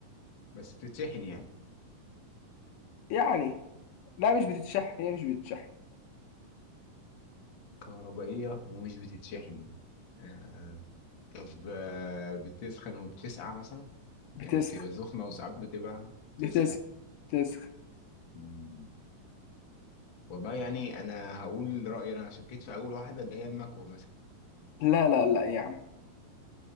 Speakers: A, on the left; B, on the left.
A: بس بتتشحن يعني
B: يعني لا مش بتتشح هي مش بتتشح
A: كهربائية ومش بتتشحن آه. طب آه. بتسخن وبتسقع مثلا
B: بتسخ
A: يعني بتبقى سخنة وساعات بتبقى
B: بتسخ
A: تسخن
B: بتسخ
A: مم. والله يعني أنا هقول رأيي أنا شكيت في أول واحدة اللي هي المكوة مثلا
B: لا لا لا يا عم